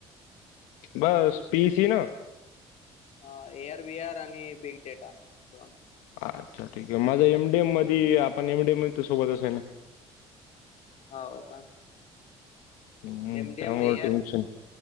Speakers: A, on the left; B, on the left.
A: बस पीस ही ना
B: ह ए आर वी आर आणि बिग डेटा दोन
A: अच्छा ठीक आहे माझं एम डी एम मधे आपण एम डी एममध्ये तर सोबत अस आहे ना
B: हा हो का,
A: हम्म
B: एमडी
A: त्यामुळे
B: एम एअर
A: टेन्शन